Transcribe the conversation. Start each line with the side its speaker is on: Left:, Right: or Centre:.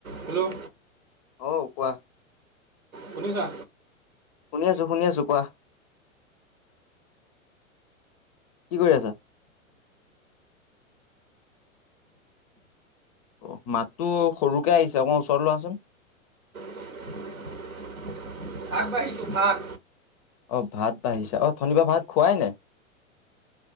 Right: Hello
Left: অহ কোৱা।
Right: শুনিছা?
Left: শুনি আছোঁ, শুনি আছোঁ, কোৱা। কি কৰি আছা? অ' মাতটো সৰুকে আহিছে অকমান ওচৰত লোৱাচোন।
Right: <unintelligible> ভাত বাঢ়িছো, ভাত।
Left: অ ভাত বাঢ়িছা, অথনিপা ভাত খুৱাই নাই?